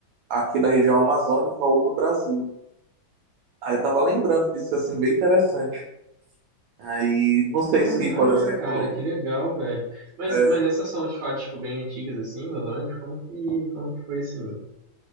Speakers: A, on the right; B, on the right.
A: aqui da região amazônica ou do Brasil. Aí eu tava lembrando disso, assim, bem interessante. Aí, não sei
B: Caraca,
A: se, por exemplo,
B: cara, que legal, velho. Mas,
A: é,
B: mas essas são escolas, tipo, bem antigas, assim, mais ou menos? Como que, como que foi, assim?